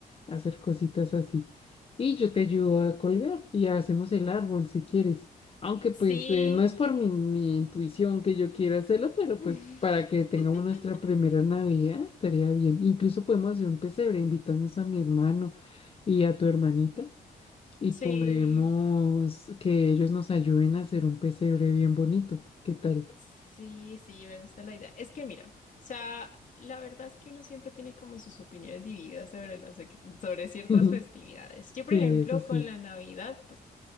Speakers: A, on the left; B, on the left.
A: hacer cositas así. Y yo te ayudo a colgar y hacemos el árbol si quieres. Aunque
B: Sí.
A: pues eh, no es por mi, mi intuición que yo quiera hacerlo, pero
B: <laughs>
A: pues para que tengamos nuestra primera Navidad estaría bien. Incluso podemos hacer un pesebre, invitamos a mi hermano y a tu hermanita y
B: Sí,
A: podemos que ellos nos ayuden a hacer un pesebre bien bonito. ¿Qué tal?
B: sí, sí, me gusta la idea. Es que mira, o sea, la verdad es que uno siempre tiene como sus opiniones divididas sobre las, ex- sobre ciertas
A: <laughs>
B: festividades. Yo, por
A: Sí,
B: ejemplo,
A: eso sí.
B: con la Navidad, pues